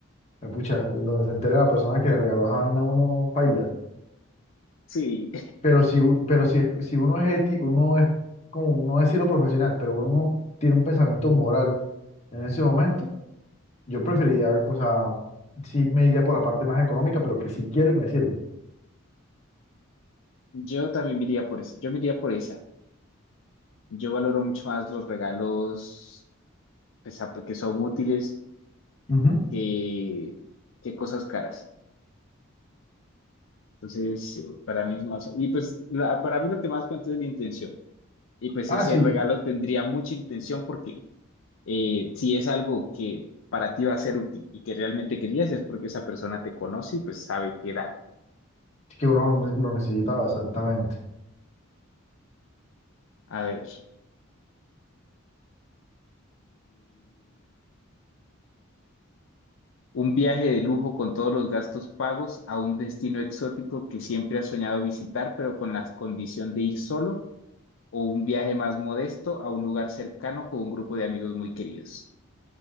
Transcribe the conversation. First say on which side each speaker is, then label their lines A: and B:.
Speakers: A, on the left; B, on the left.
A: eh, pucha, donde se entere la persona que le regaló esa vaina a uno, paila.
B: Sí.
A: Pero si, u- pero si, es- si uno es ético, uno es, como no decirlo profesional, pero uno tiene un pensamiento moral en ese momento, yo preferiría, o sea, sí me iría por la parte más económica, pero que sí quiero y me sirve.
B: Yo también me iría por esa. Yo me iría por esa. Yo valoro mucho más los regalos pues, ap- que son útiles
A: Ujú.
B: que, que cosas caras. Entonces, eh, para mí es más. Y pues, la- para mí lo que más cuenta es la intención. Y pues,
A: Ah,
B: ese
A: sí,
B: regalo tendría mucha intención porque eh, si es algo que para ti va a ser útil y que realmente querías, es porque esa persona te conoce y pues sabe qué darte.
A: que uno lo lo necesitaba, exactamente.
B: A ver. Un viaje de lujo con todos los gastos pagos a un destino exótico que siempre has soñado visitar, pero con la condición de ir solo, o un viaje más modesto a un lugar cercano con un grupo de amigos muy queridos.